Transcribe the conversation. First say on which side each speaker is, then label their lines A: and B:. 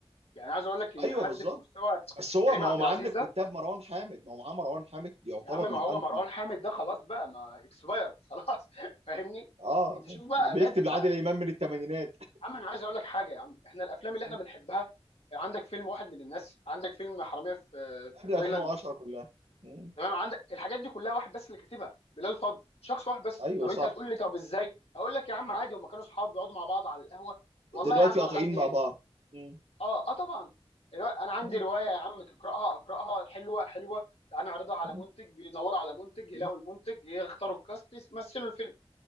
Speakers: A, on the left (about 75°); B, on the right (about 80°).
A: يعني عايز اقول لك ان
B: ايوه
A: حد
B: بالظبط
A: في مستوى
B: بس هو
A: كريم
B: ما
A: عبد
B: هو معاه
A: العزيز
B: من الكتاب
A: ده
B: مروان حامد ما هو معاه مروان حامد يعتبر
A: يا عم ما
B: من,
A: هو
B: أن...
A: مروان
B: من...
A: حامد ده خلاص بقى ما اكسبايرد خلاص <laughs> فاهمني
B: اه
A: انت شوف بقى
B: بيكتب
A: جدد
B: لعادل
A: بقى
B: امام من الثمانينات
A: يا عم انا عايز اقول لك حاجه يا عم احنا الافلام اللي احنا
B: <laughs>
A: بنحبها عندك فيلم واحد من الناس عندك فيلم حراميه في
B: من قبل
A: في تايلاند
B: 2010 كلها مم.
A: تمام عندك الحاجات دي كلها واحد بس اللي كاتبها بلال فضل شخص واحد بس
B: ايوه
A: طب
B: صح
A: انت هتقول لي طب ازاي اقول لك يا عم عادي هم كانوا اصحاب بيقعدوا مع بعض على القهوه والله
B: دلوقتي
A: يا عم
B: قاطعين
A: انا عندي
B: مع بعض مم.
A: اه اه طبعا الوا- انا عندي
B: مم.
A: روايه يا عم تقراها اقراها حلوه حلوه تعال نعرضها على
B: مم.
A: منتج بيدوروا على منتج يلاقوا
B: مم.
A: المنتج يختاروا الكاست يمثلوا الفيلم